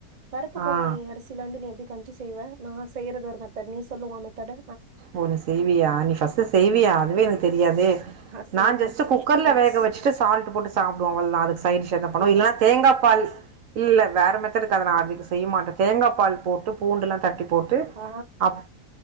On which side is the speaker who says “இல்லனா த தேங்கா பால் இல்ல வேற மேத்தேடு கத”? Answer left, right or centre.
Right